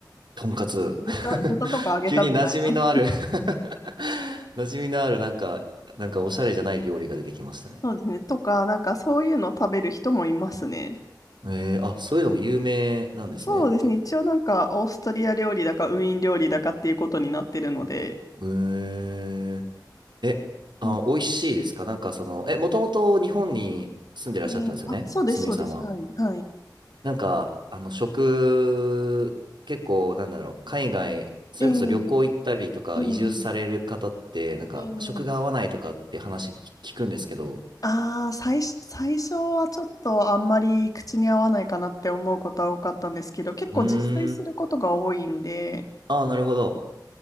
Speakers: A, on the right (about 80°); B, on the left (about 50°).
A: とんかつ。
B: 豚、豚とか揚げたみたいな
A: <laughs> 急に馴染みのある <laughs> 馴染みのある、なんか、なんかおしゃれじゃない料理が出てきましたね。
B: そうですね。とか、なんかそういうのを食べる人もいますね。
A: えー、あ、そういうのも有名なんですね、
B: そうですね。
A: 結構。
B: 一応なんかオーストリア料理だかウィーン料理だかっていうことになってるので。
A: へええ、あ、
B: うん。
A: 美味しいですかなんかその、え、もともと日本に住んでらっしゃったんですよね、
B: ええあ、そうです、
A: すみれさんは。
B: そうです。はい。はい。
A: なんか、あの、食、結構、なんだろう、海外、それこそ旅行行ったりとか、
B: ええええ
A: 移住される方って、なんか、
B: ええ
A: 食が合わないとかって話聞聞くんですけど。
B: ああ、最初、最初はちょっとあんまり口に合わないかなって思うことは多かったんですけど、結構自炊することが多いんで、
A: うーん。ああ、なるほど。